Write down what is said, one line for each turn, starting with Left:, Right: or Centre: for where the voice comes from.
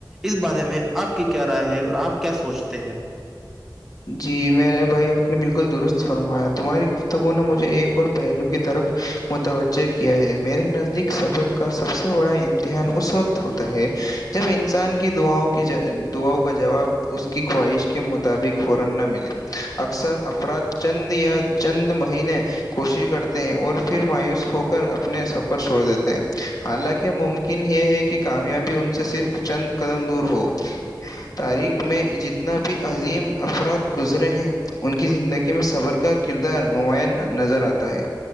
Centre: اس بارے میں آپ کی کیا رائے ہے اور آپ کیا سوچتے ہیں
Left: جی میں بھائی آپ نے بالکل درست فرمایا تمہاری گفتگو نے مجھے ایک اور پہلو کی طرف متوجہ کیا ہے میرے نزدیک سفر کا سب سے بڑا امتحان اس وقت ہوتا ہے جب انسان کی دعاؤں کی دعاؤں کا جواب اس کی خواہش کے مطابق فورن نہ ملے اکثر افراد چند یا چند مہینے کوشش کرتے ہیں اور پھر مایوس ہو کر اپنے سب چھوڑ دیتے ہیں حالانکہ ممکن یہ ہے کہ کامیابی ان سے صرف چند قدم دور ہو تاریخ میں جتنا بھی عظیم افراد گزرے ہیں ان کی زندگی میں صبر کا کردار نمایاں نظر آتا ہے